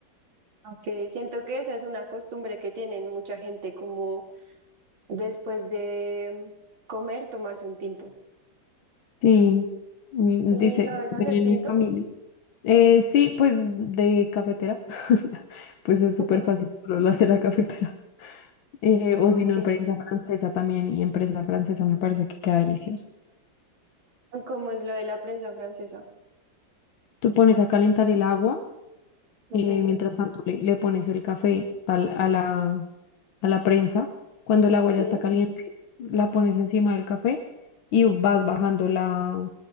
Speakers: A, on the right; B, on the left.
A: Aunque siento que esa es una costumbre que tienen mucha gente, como después de mm, comer, tomarse un tinto.
B: Sí, mm,
A: ¿Y
B: dice,
A: sabes
B: en
A: hacer tinto?
B: mi familia. Eh, sí, pues de cafetera, <laughs> pues es súper
A: <laughs>
B: fácil, solo lo hace la cafetera. Eh, o
A: Ok.
B: si no, empresa francesa también, y empresa francesa me parece que queda delicioso.
A: ¿Cómo es lo de la prensa francesa?
B: Tú pones a calentar el agua,
A: Ok.
B: eh, mientras tanto le, le pones el café al- a la, a la prensa. Cuando el agua ya
A: Sí.
B: está caliente, la pones encima del café y vas bajando la,